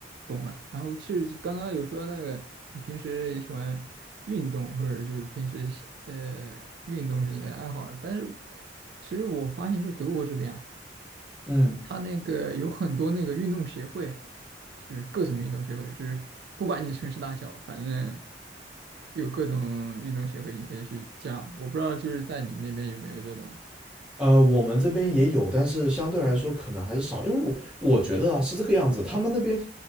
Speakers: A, on the right; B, in the centre.
A: 懂了。然后其实刚刚有说那个，你平时也喜欢运动，或者就是平时喜呃运动是你的爱好，但是其实我发现就是德国这边啊。
B: 嗯，
A: 它那个有很多那个运动协会，就是各种运动协会，就是不管你城市大小，反正有各种运动协会，你可以去加。我不知道就是在你那边有没有这种。
B: 呃，我们这边也有，但是相对来说可能还是少，因为我我觉得啊是这个样子，他们那边，